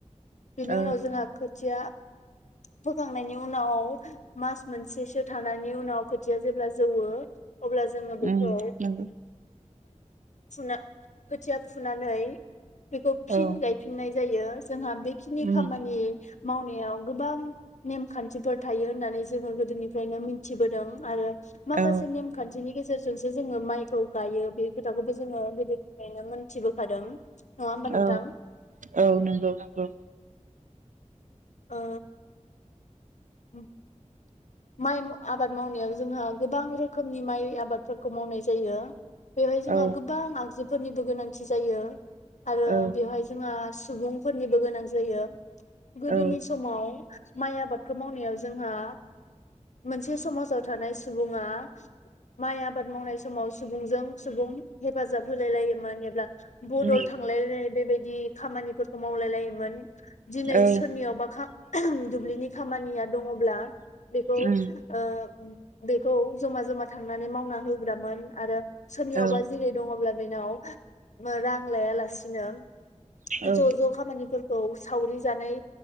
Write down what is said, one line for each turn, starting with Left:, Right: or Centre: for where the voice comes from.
Left: बेनि उनाव
Right: औ
Left: जोंहा खोथिया फोखांनायनि उनाव मास मोनसेसो थानायनि उनाव खोथिया जेब्ला जौवो अब्ला जोङो बेखौ
Right: उम नंगौ
Left: फुना खोथिया फुनानै बेखौ फिन
Right: औ
Left: गायफिननाय जायो जोंहा बेखिनि
Right: उम
Left: खामानि मावनायाव गोबां नेमखान्थिफोर थायो होननानै जोङो गोदोनिफ्रायनो मिन थिबोदों आरो माखासे
Right: औ
Left: नेमखान्थिनि गेज जेरजोंसो जोङो माइखौ गायो बे खोथाखौबो जोङो गोदोन फायनो मोनथिबोखादों नोंथां
Right: औ औ नोंगौ नोंगौ
Left: ओ उम माइ आबाद मावनायाव जोंहा गोबां रोखोमनि माइ आबादफोरखौ मावनाय जायो बेवहाय जोंहा
Right: औ
Left: गोबां आगजु फोरनिबो गोनांथि जायो आरो
Right: औ
Left: बेवहाय जोंहा स सुबुंफोरनिबो गोनां जायो गोदोनि
Right: औ
Left: समाव माइ आबादखौ मावनायाव जोंहा मोनसे समाजाव थानाय सुबुंङा माइ आबाद मावनाय समाव सुबुंजों सुबुं हेफाजाब होलाय लायोमोन एबा बदद
Right: उम
Left: थांलायनाय बेबायदि बिदि खामानिफोरखौ खौ मावलाय लायोमोन दिनै
Right: औ
Left: सोरनियावबा दुब्लिनि खामानिया दङब्ला बेखौ ओ
Right: उम
Left: बेखौ जमा जमा थांनानै मावना होग्रामोन आरो सोरनियावबा
Right: औ
Left: जेरै दङब्ला बेनाव रां लायालासिनो
Right: औ
Left: ज ज खामानिफोर औ सावरि जानाय